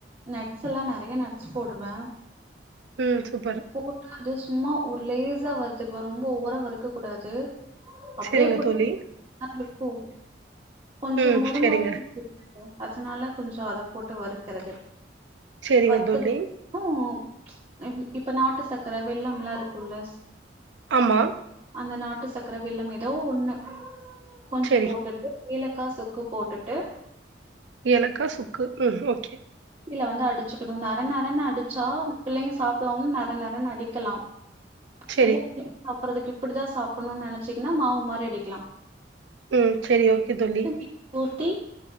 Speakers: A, on the right; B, on the right.
A: நட்ஸ் எல்லாம் நறைய நட்ஸ் போடுவேன்
B: ம் சூப்பர்
A: போட்டா அது சும்மா ஒரு லேஸா வறுத்துக்குவேன் ரொம்ப ஓவ்வரா வறுக்க கூடாது அப்டியே
B: சரிங்க
A: போட்டு
B: தோழி
A: <inaudible> இருக்கும் கொஞ்சம்
B: ம்
A: மொறு
B: சரிங்க
A: மொறு <inaudible> அதனால கொஞ்சம் அத போட்டு வறுக்குறது
B: சரிங்க
A: வறுத்தது
B: தோழி
A: க்கு இப் இப்ப நாட்டுச் சக்கர வெல்லம் எல்லா இருக்கும்ல
B: ஆமா
A: அந்த நாட்டு சக்கர வெல்லம் ஏதோ ஒன்னு கொஞ்சம்
B: சரி
A: போட்டுட்டு ஏலக்கா சுக்கு போட்டுட்டு
B: ஏலக்கா சுக்கு ம் ஓகே
A: மிக்சில வந்து அடிச்சுக்கணும் நர நரன்னு அடிச்சா பிள்ளைங்க சாப் தொங் நர நரனு அடிக்கலாம்
B: சரி
A: இல்ல அப்ப அதுக்கு இப்டிதா சாப்பணும்னு நினைச்சங்கன்னா மாவு மாறி அடிக்கலாம்
B: ம் சரி ஓகே தோழி
A: வந்து ஊத்தி